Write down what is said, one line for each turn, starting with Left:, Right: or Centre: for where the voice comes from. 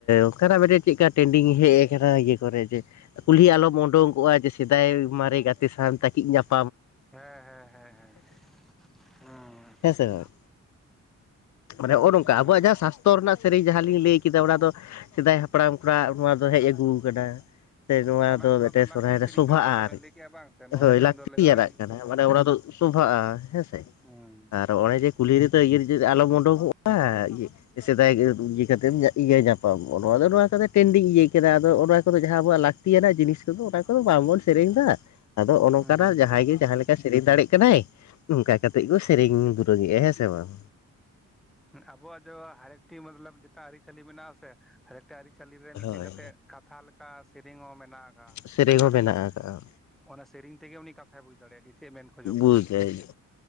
Left: ᱚᱱᱠᱟᱱᱟᱜ ᱢᱮᱫ ᱴᱮᱡ ᱪᱮᱫ ᱠᱟᱱ? ᱴᱮᱱᱰᱤᱝ ᱦᱮᱡ ᱟᱠᱟᱱᱟ ᱤᱭᱟᱹ ᱠᱚᱨᱮ ᱡᱮ ᱠᱩᱞᱦᱤ ᱟᱞᱚᱢ ᱳᱰᱳᱝ ᱠᱚᱜ ᱟ ᱡᱮ ᱥᱮᱫᱟᱭ ᱢᱟᱨᱮ ᱜᱟᱛᱮ ᱥᱟᱶ ᱛᱟᱹᱠᱤᱡ ᱧᱟᱯᱟᱢ
Centre: ᱦᱮᱸ ᱦᱮᱸ ᱦᱮᱸ ᱦᱮᱸ ᱦᱩᱸ
Left: ᱦᱮᱸᱥᱮ ᱵᱟᱝ ᱢᱟᱱᱮ ᱦᱚᱜ ᱚ ᱱᱚᱝᱠᱟ
Centre: ᱦᱩᱸ
Left: ᱟᱵᱚᱣᱟᱜ ᱡᱟᱦᱟᱸ ᱯᱟᱥᱛᱚᱨ ᱨᱮᱱᱟᱜ ᱥᱮᱨᱮᱧ ᱡᱟᱦᱟᱸ ᱞᱤᱧ ᱞᱟᱹᱭ ᱠᱮᱫᱟ ᱚᱱᱟ ᱫᱚ ᱥᱮᱫᱟᱭ ᱦᱟᱯᱲᱟᱢ ᱠᱷᱚᱱᱟᱜ ᱱᱚᱶᱟ ᱫᱚ ᱦᱮᱡ ᱟᱹᱜᱩ ᱟᱠᱟᱱᱟ ᱥᱮ ᱱᱚᱶᱟ
Centre: ᱚᱱᱟ
Left: ᱫᱚ
Centre: ᱚᱱᱟ
Left: ᱢᱮᱜᱴᱮᱡ
Centre: ᱞᱟᱹᱠᱛᱤ
Left: ᱥᱚᱨᱦᱟᱭ
Centre: ᱥᱮᱨᱮᱧ
Left: ᱨᱮ ᱥᱚᱵᱷᱟᱜ
Centre: ᱠᱟᱱᱟ ᱡᱮᱴᱟ ᱵᱮᱱ
Left: ᱟ
Centre: ᱞᱟᱹᱭ ᱠᱮᱜᱼᱟ ᱵᱟᱝ ᱥᱮ ᱱᱚᱣᱟ
Left: ᱦᱳᱭ
Centre: ᱥᱮᱨᱮᱧ
Left: ᱞᱟᱹᱠᱛᱤᱭᱟᱱᱟᱜ
Centre: ᱫᱚ ᱞᱟᱹᱭᱫᱟ ᱟᱹᱰᱤ
Left: ᱠᱟᱱᱟ ᱢᱟᱱᱮ ᱚᱱᱟ ᱫᱚ ᱥᱚᱵᱷᱟᱜ ᱟ ᱦᱮᱸᱥᱮ
Centre: ᱦᱚᱸ
Left: ᱟᱨ ᱚᱱᱮ ᱡᱮ ᱠᱩᱞᱦᱤ ᱨᱮᱫᱚ <inaudible> ᱟᱞᱚᱢ ᱳᱰᱳᱧᱚᱜ -ᱟ ᱥᱮᱫᱟᱭ ᱤᱭᱟᱹ ᱠᱟᱛᱮᱢ ᱤᱭᱟᱹ ᱧᱟᱯᱟᱢᱚᱜ ᱟ ᱱᱚᱣᱟ ᱫᱚ ᱱᱚᱣᱟ ᱠᱚᱫᱚ ᱴᱨᱮᱱᱰᱤᱝ ᱤᱭᱟᱹ ᱠᱟᱱᱟ ᱟᱫᱚ ᱚᱱᱟ ᱠᱚᱫᱚ ᱡᱟᱦᱟᱸ ᱟᱵᱚᱣᱟᱜ ᱞᱟᱹᱠᱛᱤᱭᱟᱱᱟᱜ ᱡᱤᱱᱤᱥ ᱠᱚᱫᱚ ᱚᱱᱟ ᱠᱚᱫᱚ ᱵᱟᱝᱵᱚᱱ ᱥᱮᱨᱮᱧ ᱫᱟ ᱟᱫᱚ ᱦᱚᱜ ᱚ ᱱᱚᱝᱠᱟᱱᱟᱜ
Centre: ᱦᱩᱸ
Left: ᱡᱟᱦᱟᱸᱭ ᱜᱮ ᱡᱟᱦᱟᱸ ᱞᱮᱠᱟ ᱥᱮᱨᱮᱧ ᱫᱟᱲᱮᱜ ᱠᱟᱱᱟᱭ ᱱᱚᱝᱠᱟ ᱠᱟᱛᱮᱜ ᱠᱚ ᱥᱮᱨᱮᱧ ᱫᱩᱨᱟᱹᱝ ᱮᱜ ᱟ ᱦᱮᱸᱥᱮ ᱵᱟᱝ
Centre: ᱟᱵᱚᱣᱟᱜ <inaudible> ᱢᱚᱛᱞᱚᱵᱽ ᱡᱚᱛᱚ ᱟᱹᱨᱤᱪᱟᱞᱤ ᱢᱮᱱᱟᱜ ᱟ ᱥᱮ ᱦᱟᱨᱮᱠ ᱴᱟᱜ ᱟᱹᱨᱤᱪᱟᱞᱤ ᱨᱮ ᱢᱤᱫ
Left: ᱦᱳᱭ
Centre: ᱴᱮᱱ ᱠᱟᱛᱮ ᱠᱟᱛᱷᱟ ᱞᱮᱠᱟ ᱥᱮᱨᱮᱧ ᱦᱚᱸ ᱢᱮᱱᱟᱜ ᱟᱠᱟᱜ ᱟ
Left: ᱥᱮᱨᱮᱧ
Centre: ᱠᱤ
Left: ᱦᱚᱸ
Centre: ᱚᱱᱟ
Left: ᱢᱮᱱᱟᱜ ᱟᱠᱟᱜᱼᱟ
Centre: ᱚᱱᱟ ᱥᱮᱨᱮᱧ ᱛᱮᱜᱮ ᱩᱱᱤ ᱠᱟᱛᱷᱟᱭ ᱵᱩᱡᱽ ᱫᱟᱲᱮᱭᱟᱜ ᱟ ᱠᱤ ᱪᱮᱜ ᱢᱮᱱ ᱠᱷᱚᱡᱚᱜ
Left: ᱵᱩᱡᱟᱭ
Centre: ᱠᱟᱱᱟ